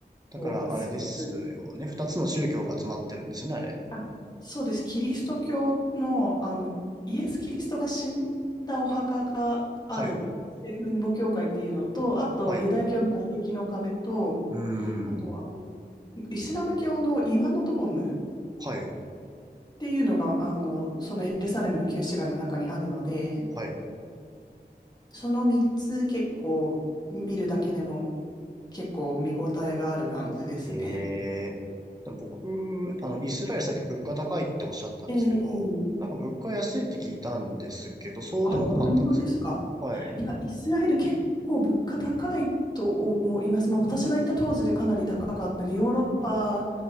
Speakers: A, on the right; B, on the left.
A: だからあれですよね。
B: こう、すごく、
A: 二つの宗教が集まってるんですよね、あれ。
B: あそうです。キリスト教の、あの、イエス・キリストが死んだお墓がある、
A: はい、
B: 聖墳墓教会っていうのと、あと、
A: はい、
B: ユダヤ教の嘆きの壁と、
A: うー
B: あと、
A: ん。
B: あの、イスラム教の岩のドームっ
A: はい、
B: ていうのが、あの、そのエルサレムの旧市街の中にあるので、
A: はい。
B: その3つ結構見るだけでも結構見応えがある感じですね。
A: ええ。でも僕、あの、イスラエルさっき物価高いっておっしゃったんですけど、
B: ええ
A: なんか物価安いって聞いたんですけど、そうでもなかったんですかはい、
B: あ、本当ですかいや、イスラエル結構物価高いと思います。まあ、私が行った当時でかなり高かったね。ヨーロッパ